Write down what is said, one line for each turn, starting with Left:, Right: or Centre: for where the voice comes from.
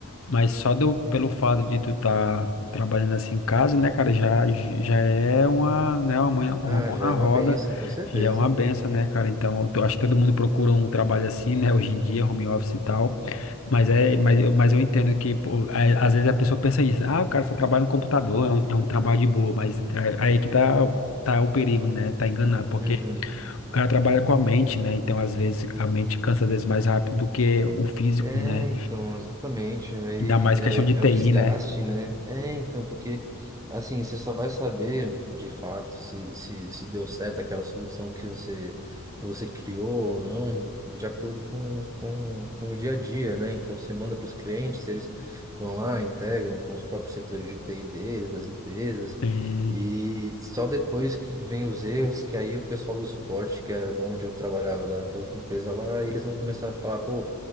Left: Mas só do, pelo fato de tu tá trabalhando assim em casa, né, cara, já, já é uma, né, uma mão, uma
Right: Ah,
Left: mão
Right: já
Left: na
Right: é
Left: roda,
Right: uma benção, com certeza.
Left: já é uma benção, né, cara? Então, eu tô- acho que todo mundo procura um trabalho assim, né, hoje em dia, home office e tal. Mas é, mas eu, mas eu entendo que, pô, é, às vezes a pessoa pensa isso, ah, o cara só trabalha no computador, é um, é um trabalho de boa, mas é- aí que tá, tá o perigo, né? Tá enganado, porque
Right: Uhum.
Left: o cara trabalha com a mente, né? Então, às vezes, a mente cansa às vezes mais rápido do que o físico,
Right: É,
Left: né?
Right: então, exatamente. Aí
Left: Ainda mais
Right: é,
Left: questão de TI,
Right: é o desgaste,
Left: né?
Right: né? É, então, porque assim, você só vai saber de fato se, se, se deu certo aquela solução que você, que você criou ou não, de acordo com, com, com o dia a dia, né? Então, você manda para os clientes, eles vão lá, integram com os próprios setores de TI deles, das empresas,
Left: Hum,
Right: e só depois que vem os erros, que aí o pessoal do suporte, que era de onde eu trabalhava, da, da outra empresa lá, eles vão começar a falar, pô